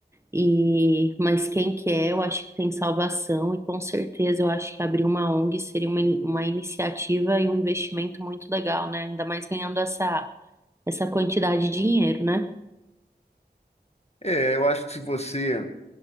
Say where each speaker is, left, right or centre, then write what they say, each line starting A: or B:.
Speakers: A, on the right; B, on the left.
A: E, mas quem quer, eu acho que tem salvação, e com certeza eu acho que abrir uma ONG seria uma, uma iniciativa e um investimento muito legal, né? Ainda mais ganhando essa, essa quantidade de dinheiro, né?
B: É, eu acho que se você